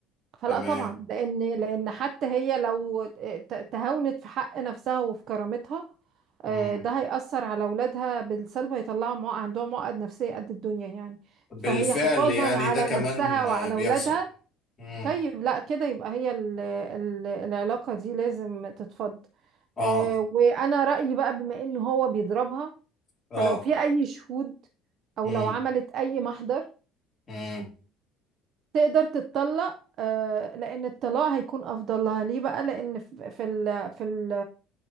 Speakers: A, on the right (about 45°); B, on the left (about 20°).
A: فلا
B: تمام
A: طبعا لان لان حتى هي لو ت- تهاونت في حق نفسها وفي كرامتها
B: مم.
A: آه، ده هيأثر على أولادها بالسلب هيطلعوا مع... عندهم عقد نفسية قد الدنيا يعني
B: بالفعل
A: فهي حفاظا
B: يعني
A: على
B: ده كمان
A: نفسها وعلى
B: آه، بيحصل
A: أولادها
B: امم
A: طيب لا كده يبقى هي ال... ال... العلاقة دي لازم تتفض
B: اه
A: آه، وأنا رأيي بقى بما إن هو بيضربها
B: اه
A: فلو في أي شهود أو
B: امم
A: لو عملت أي محضر
B: امم
A: تقدر تتطلق آه، لان الطلاق هيكون افضل لها ليه بقى لان ف- في ال في ال